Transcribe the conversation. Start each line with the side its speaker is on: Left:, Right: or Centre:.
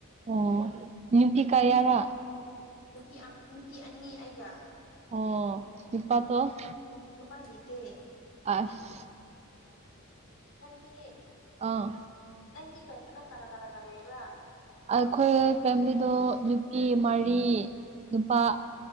Right: ꯑꯣ ꯅꯨꯄꯤ
Left: ꯎꯝ
Right: ꯀꯌꯥꯔꯥ
Left: ꯅꯨꯄꯤ ꯑꯃ ꯅꯨꯄꯤ ꯑꯅꯤ ꯑꯩꯒ
Right: ꯑꯣ <unintelligible>
Left: ꯅꯨꯄꯥ ꯂꯩꯇꯦ
Right: ꯑꯁ
Left: ꯅꯪꯗꯤ
Right: ꯑꯥ
Left: ꯅꯪꯗꯤ ꯀ ꯅꯪ ꯀꯅꯥ ꯀꯅꯥꯒ ꯂꯩꯕ꯭ꯔ
Right: ꯑꯩꯈꯣꯏ ꯐꯦꯃꯤꯂꯤꯗꯣ ꯅꯨꯄꯤ ꯃꯔꯤ ꯅꯨꯄꯥ
Left: ꯑ